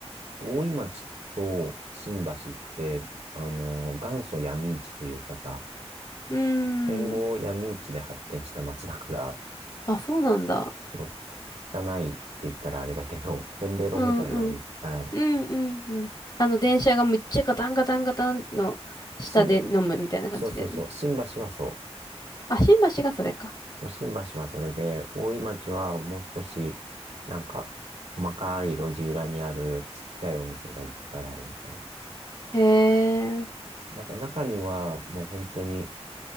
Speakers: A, on the right; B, on the left.
A: 大井町と新橋って、あの元祖闇市というかさ、
B: うー
A: 戦後闇市で発展した町だから、
B: ん。あ、そうなんだ。
A: すごい汚いって言ったらあれだけど、せんべろみたいなのいっぱいある。
B: うんうん。うんうんうん。あの、電車がめっちゃガタンガタンガタンの下で飲むみたいな感じだよね。
A: 新聞そうそうそう。新橋はそ
B: あ、新橋がそれか。
A: う。新橋はそれで、大井町はもう少し、なんか、細かい路地裏にあるちっちゃいお店がいっぱいあるみたいな。
B: へえ。
A: なんか中にはもう本当に